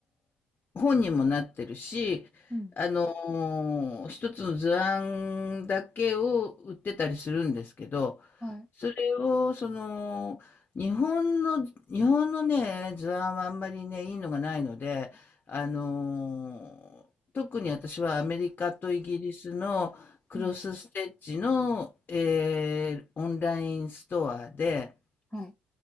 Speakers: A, on the left; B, in the centre.
A: 本にもなってるし、
B: うん。
A: あの、一つの図案だけを売ってたりするんですけど、
B: はい。
A: それを、その、日本の、日本のね、図案はあんまりね、いいのがないので、あの、特に私はアメリカとイギリスのクロスステッチの、
B: うん。
A: えーオンラインストアで、
B: はい。